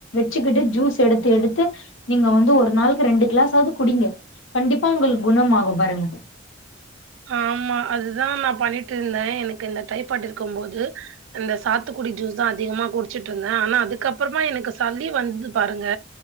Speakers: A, on the left (about 75°); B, on the right (about 75°).
A: வச்சிக்கிட்டு ஜூஸ் எடுத்து எடுத்து நீங்க வந்து ஒரு நாளுக்கு ரெண்டு க்ளஸாவது குடிங்க கண்டிப்பா உங்களுக்கு குணமாகு பாருங்க
B: ஆமா அதுதா நா பண்ணிட்ருந்த எனக்கு இந்த டைபாட் இருக்கம் போது அந்த சாத்துக்குடி ஜூஸ் தா அதிகமா குடிச்சுட்ருந்த ஆனா அதுக்கப்றமா எனக்கு சளி வந்தது பாருங்க